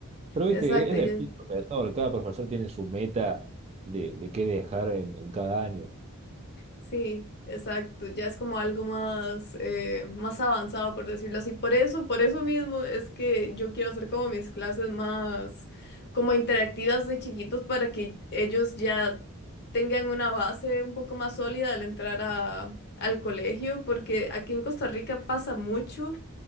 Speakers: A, on the right; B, on the left.
A: Pero,
B: exacto.
A: viste, es
B: y
A: de profesor, cada profesor tiene su meta de, de qué dejar en, en cada año.
B: Sí, exacto, ya es como algo más, eh, más avanzado, por decirlo así. Por eso, por eso mismo es que yo quiero hacer como mis clases más como interactivas de chiquitos para que ellos ya tengan una base un poco más sólida al entrar a, al colegio, porque aquí en Costa Rica pasa mucho